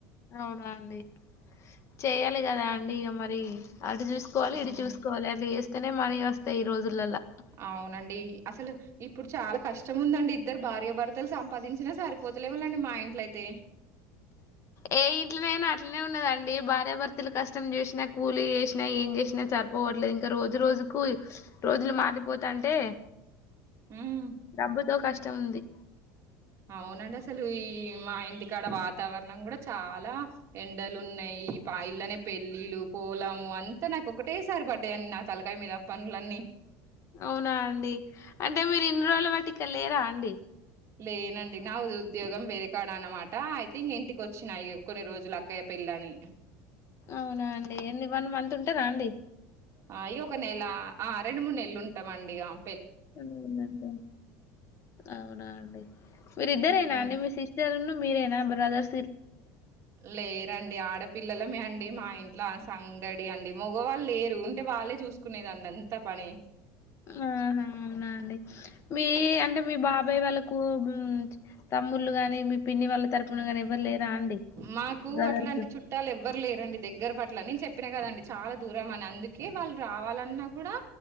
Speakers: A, on the left (about 40°); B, on the right (about 40°).
A: అవునా అండి చెయ్యాలి కదా అండి ఇగమరి. అటు చూసుకోవాలి,
B: హ్మ్.
A: ఇటు చూసుకోవాలి అట్లా చేస్త నే మనీ వస్తాయి ఈ రోజులలా
B: అవునండి అసలు ఇప్పుడు చాలాకష్టం ఉందండి. ఇద్దరు భార్యభర్తలు సంపాదించినా సరిపోతలేవాళ్ళండి మా ఇంట్లయితే.
A: ఏ ఇంట్లోనైనా అట్లనే ఉన్నదండి. భార్యాభర్తలు కష్టం చేసినా, కూలీ చేసినా, ఏం చేసినా సరిపో పోవట్లేదు ఇంకా రోజు రోజుకు రోజులు మారిపోతాంటే
B: హ్మ్.
A: డబ్బుతో కష్టం వుంది
B: అవునండి అసలు ఈ మా ఇంటికాడ వాతావరణం కూడా చాలా ఎండలు ఉన్నాయి. పా ఇల్లనే పెళ్ళిళ్లు పొలము అంతా నాకు ఒకటేసారి పడ్డాయి అండి నా తలకాయ మీద పనులన్నీ.
A: అవునా అండి అంటే మీరు ఇన్ని రోజుల వాటి ఇక్కడ లేరా అండి
B: లేనండి నా ఉ ఉద్యోగం వేరే కాడ అన్నమాట. అయితే ఇంటికి వచ్చినా ఇగ కొన్ని రోజులు అక్కయ్య పెళ్ళ అని.
A: అవునా అండి ఎన్ని వన్మంత్ ఉంట టు రండి
B: అ అయ్యో ఒక నెల, ఆ రెండు మూడు నెలలు ఉంటామండి. ఇగాం
A: అవుంత అవునా అండి మీరు ఇద్దరేనా
B: ఇం
A: అండి మీ సిస్టర్ ను మీరేనా బ్రదర్
B: లేరండి ఆడ పి పిల్లలమే అండి మా ఇంట్లో సంగడి అండి మగవాళ్ళు లేరు ఉంటే వాళ్ళే చూసుకునేదండి అంత పని
A: ఆహా అవునా అండి మీ అంటే మీ బాబాయ్ వాళ్ళకు ఊ తమ్ముళ్లు గాని మీ పిన్ని వాళ్ళ తరపునగానీ ఎవరు లేరా అండి
B: మాకు
A: బ్రదర్స్.
B: అట్లాంటి చుట్టాలు ఎవ్వరు లేరండి దగ్గర పట్ల నేను చెప్పినా కదండి చాలా దూరం అని అందుకే వాళ్ళు రావాలన్నా కూడా